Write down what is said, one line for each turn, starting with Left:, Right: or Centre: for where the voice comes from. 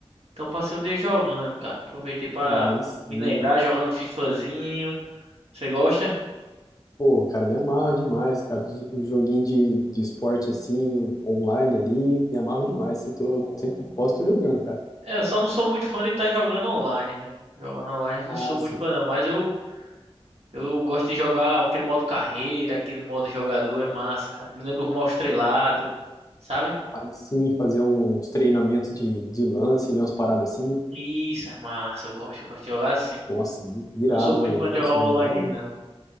Right: Então passei o dia jogando, cara. Aproveitei pra
Left: Aí sim,
Right: me lembrar, jogando um FIFAzinho. Você gosta?
Left: pô, cara, me amarro demais, cara. Os- Um joguinho de, de esporte assim, online ali, me amarro demais. Se tô,
Right: Pô.
Left: sempre que posso, tô jogando, cara.
Right: É, eu só não sou muito fã de estar jogando online, velho. Jogando online <laughs> eu não
Left: Ah,
Right: sou muito
Left: sim,
Right: fã, não, mas eu, eu gosto de jogar aquele modo carreira, aquele modo jogador, é massa, cara. Me lembra o Rumo ao Estrelato, sabe?
Left: faz sim, fazer uns treinamentos de, de lance, ali, umas paradas assim, né?
Right: Isso, é massa. Eu gosto, eu gosto de jogar assim.
Left: Nossa, irado,
Right: Não sou muito
Left: mano.
Right: fã de
Left: Nossa,
Right: jogar online,
Left: eu jogava muito.
Right: não.